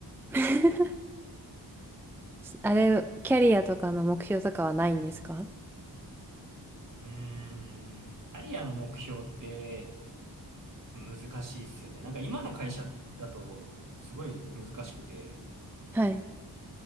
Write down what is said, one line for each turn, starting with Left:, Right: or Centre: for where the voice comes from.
Centre: <laughs> あれ、キャリアとかの目標とかはないんですか
Right: うーん、アリアの目標って、難しいっすよね。なんか今の会社だとすごい難しくて、
Centre: はい。